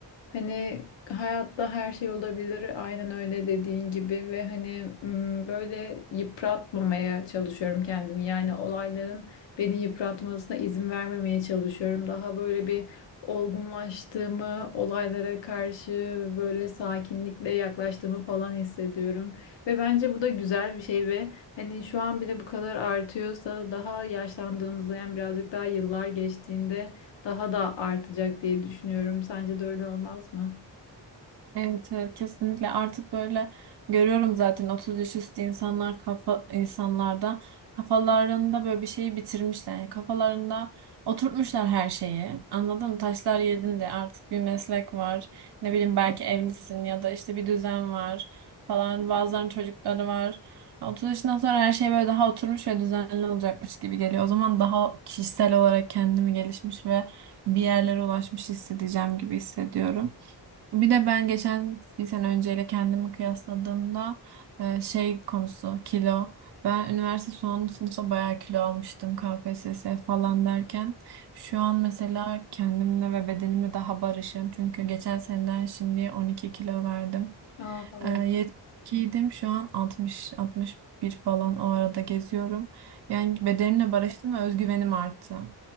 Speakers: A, on the left; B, on the right.
A: Hani hayatta her şey olabilir, aynen öyle dediğin gibi ve hani m, böyle yıpratmamaya çalışıyorum kendimi. Yani olayların beni yıpratmasına izin vermemeye çalışıyorum. Daha böyle bir olgunlaştığımı, olaylara karşı böyle sakinlikle yaklaştığımı falan hissediyorum. Ve bence bu da güzel bir şey ve hani şu an bile bu kadar artıyorsa daha yaşlandığımızda yani birazcık daha yıllar geçtiğinde daha da artacak diye düşünüyorum. Sence de öyle olmaz mı?
B: Evet evet kesinlikle artık böyle görüyorum zaten 30 yaş üstü insanlar kafa insanlarda kafalarında böyle bir şeyi bitirmişler. Yani kafalarında oturtmuşlar her şeyi. Anladın mı? Taşlar yerinde artık bir meslek var. Ne bileyim belki evlisin ya da işte bir düzen var falan. Bazılarının çocukları var. 30 yaşından sonra her şey böyle daha oturmuş ve düzenli olacakmış gibi geliyor. O zaman daha kişisel olarak kendimi gelişmiş ve bir yerlere ulaşmış hissedeceğim gibi hissediyorum. Bir de ben geçen bir sene önceyle kendimi kıyasladığımda e, şey konusu kilo. Ben üniversite son sınıfta bayağı kilo almıştım KPSS falan derken. Şu an mesela kendimle ve bedenimle daha barışım. Çünkü geçen seneden şimdi 12 kilo verdim.
A: Aa, harika.
B: E, 72'ydim şu an 60 61 falan o arada geziyorum. Yani bedenimle barıştım ve özgüvenim arttı.